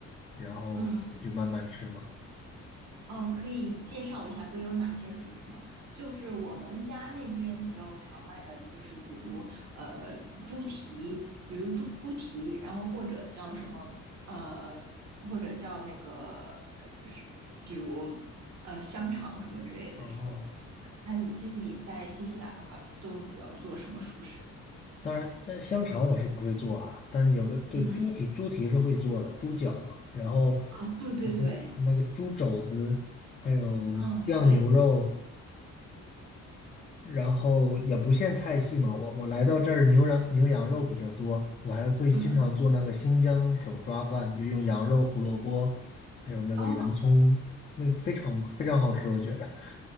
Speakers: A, on the left; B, on the right.
A: 然后也就慢慢吃嘛。
B: 嗯。哦，可以介绍一下都有哪些熟食吗？就是我们家那边比较常卖的，就是比如呃猪蹄，比如猪猪蹄，然后或者叫什么呃，或者叫那个呃什么，比如呃香肠什么之类的这种。
A: 哦，
B: 那你自己在新西兰的话，都主要做什么熟食？
A: 当然，这香肠我是不会做哈，但有的对猪蹄，
B: 嗯，
A: 猪蹄是会做的，猪脚嘛，然后
B: 啊，对对对，
A: 还会那个猪肘子，还有酱牛肉，
B: 嗯，对，
A: 然后也不限菜系嘛，我我来到这儿牛羊牛羊肉比较多，我还会经常做那个新疆手抓饭，
B: 嗯，
A: 就用羊肉、胡萝卜，还有那个圆葱，
B: 哦，
A: 那个非常非常好吃，我觉得。